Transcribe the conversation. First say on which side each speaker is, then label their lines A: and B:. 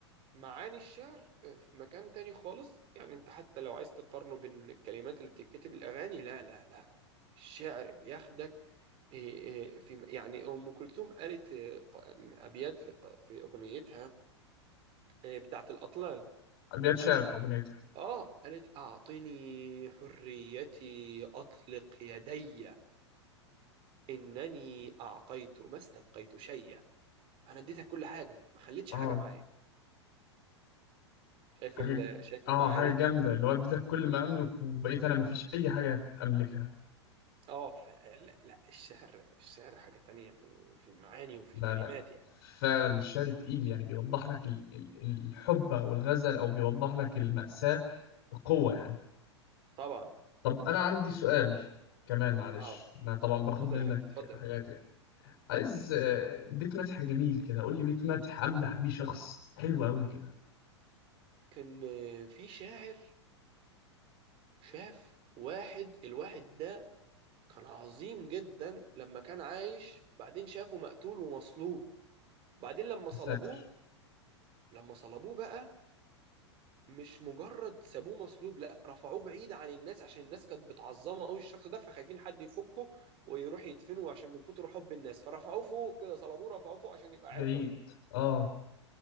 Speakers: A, on the right; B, on the left.
A: معاني الشعر آه، في مكان تاني خالص يعني انت حتى لو عايز تقارنه بين الكلمات اللي بتتكتب الأغاني لا لا لا الشعر بياخدك إيه، إيه، في يعني أم كلثوم قالت إيه، ق- أبيات في ق- في أغنيتها إيه، بتاعت الأطلال
B: ابيات شعر
A: قالت
B: في اغنيتها
A: آه قالت أعطني حريتي أطلق يدي إنني أعطيت ما استبقيت شيئا أنا اديتك كل حاجة ما خليتش
B: اه
A: حاجة معايا شايف
B: حاجه
A: ال- شايف
B: اه
A: المعاني
B: حاجه جامده اللي وديتك كل ما املك وبقيت انا مفيش اي حاجه املكها
A: اه ف- لا لا الشعر الشعر حاجة تانية في ال- في المعاني وفي
B: لا
A: الكلمات
B: لا
A: يعني
B: فعلا الشعر تقيل يعني بيوضح لك ال- ال- الحب او الغزل او بيوضح لك المأساة بقوه يعني
A: طبعا
B: طب انا عندي سؤال كمان معلش
A: اه
B: انا طبعا باخد
A: اتفضل
B: منك
A: يا حبيبي اتفضل
B: حاجات يعني عايز آه، بيت مدح جميل كده قول لي بيت مدح امدح بيه شخص حلو قوي كده
A: كان آه، في شاعر شاف واحد الواحد ده كان عظيم جدا لما كان عايش بعدين شافه مقتول ومصلوب بعدين لما صلبوه
B: يا ساتر
A: لما صلبوه بقى مش مجرد سابوه مصلوب لا رفعوه بعيد عن الناس عشان الناس كانت بتعظمه قوي الشخص ده فخايفين حد يفكه ويروح يدفنه عشان من كتر حب الناس فرفعوه فوق كده صلبوه رفعوه فوق عشان يبقى
B: بعيد
A: عبرة
B: اه